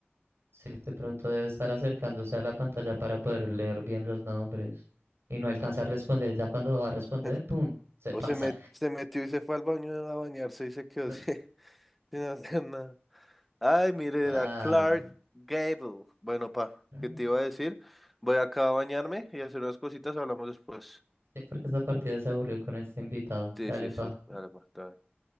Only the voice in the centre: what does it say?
<laughs>
O
se, met- se metió y se fue al baño a bañarse y se quedó
sin, <laughs> sin hacer nada. Ay, mire,
era Clark Gable. Bueno, pa,
¿qué te iba a decir? Voy acá a bañarme y hacer unas cositas, hablamos después.
Sí,
sí, sí.
Dale, pa, está bien.